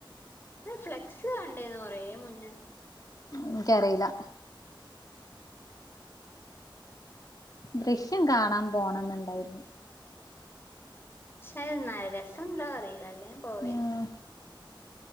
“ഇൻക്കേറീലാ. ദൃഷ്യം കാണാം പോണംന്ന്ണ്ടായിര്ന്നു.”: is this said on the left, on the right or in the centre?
Left